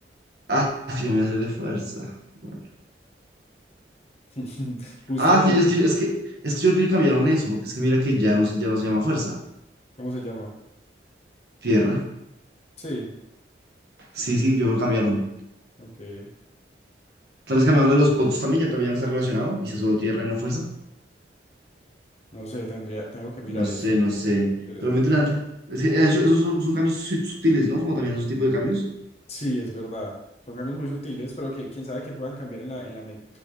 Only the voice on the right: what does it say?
Ah, sí, me voy a hacer de fuerza. Bueno.
Ah,
sí,
es que, es que, es que yo creo que cambiaron eso, porque es que mira que ya no se, ya no se llama fuerza.
Tierra.
Sí, sí, yo creo que cambiaron.
Tal vez cambiaron de los puntos también, ya también ya no está relacionado. Y sea solo tierra y no fuerza.
No sé,
no sé.
Pero muy interesante. Es que, eh, yo- esos son, son cambios su- sutiles, ¿no? Como también esos tipos de cambios.